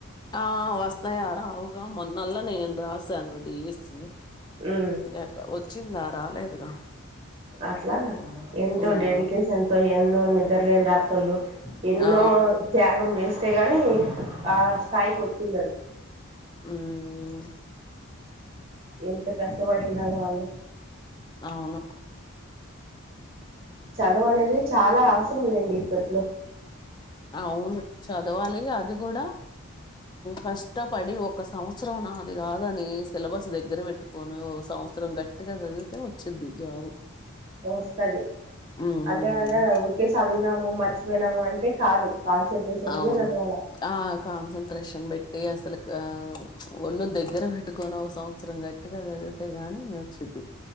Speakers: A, on the left (about 20°); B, on the right (about 30°).
A: ఆ వస్తాయా రావుగా మొన్నల్లా నేను రాసాను డీఎసి
B: ఉమ్
A: ఎక వచ్చిందా రాలేదుగా
B: అట్లా
A: ఉమ్
B: ఎంతో
A: ఉమ్,
B: డెడికేషన్ తో ఎన్నో నిద్రలేని రాత్రుళ్ళు ఎన్నో
A: ఆ
B: త్యాగం చేస్తే గాని ఆ స్థాయికి వచ్చుండడు
A: ఉహు
B: ఎంత కష్టపడి ఉండాలే వాళ్ళు
A: అవును
B: చదువు అనేది చాలా అవసరం లేండి ఇప్పట్లో
A: అవును చదవాలి అది కూడా కష్టపడి ఒక సంవత్సరం నాది కాదని సిలబస్ దగ్గర పెట్టుకొని సంవత్సరం గట్టిగా చదివితే వచ్చిది జాబ్
B: వస్తది
A: మ్
B: అంతే అంటే ఉఊరికే చదివినాము మర్చిపోయినాము అంటే కాదు కాన్సన్ట్రేషన్
A: అవును
B: గా చదవాలా
A: ఆ కాన్సన్ట్రేషన్ బట్టి అ అసలు ఒళ్ళు దగ్గర పెట్టుకొని ఒక సంవత్సరం గట్టిగా చదివితే ని వచ్చిద్ది